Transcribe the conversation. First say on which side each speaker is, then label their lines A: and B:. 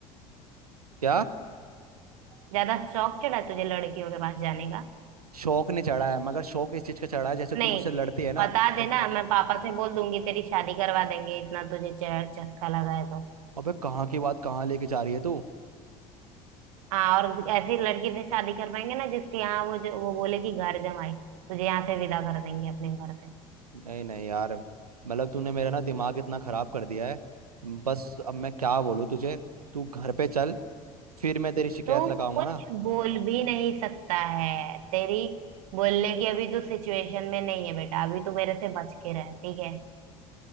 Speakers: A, on the right; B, on the right.
A: क्या
B: ज्यादा शौक चढ़ा है तुझे लड़कियों के पास जाने का
A: शौक नहीं चढ़ा है मगर शौक इस चीज का चढ़ा है जैसे तू
B: नहीं
A: मुझसे लड़ती है ना
B: बता देना
A: तो
B: मैं पापा से बोल दूंगी तेरी शादी करवा देंगे इतना तुझे च- चस्का लगा है तो
A: अबे कहाँ की बात कहाँ लेके जा रही है तू
B: हाँ और ऐसी लड़की से शादी करवाएंगे ना जिसके यहाँ वो जो वो बोले कि घर जमाई तुझे यहाँ से विदा कर देंगे अपने घर से
A: नहीं नहीं यार मतलब तूने मेरा ना दिमाग इतना खराब कर दिया है बस अब मैं क्या बोलूँ तुझे तू घर पे चल फिर मैं तेरी शिकायत
B: तू
A: लगाऊंगा
B: कुछ
A: ना
B: बोल भी नहीं सकता है तेरी बोलने की अभी तू सिचुएशन में नहीं है बेटा अभी तू मेरे से बच के रह ठीक है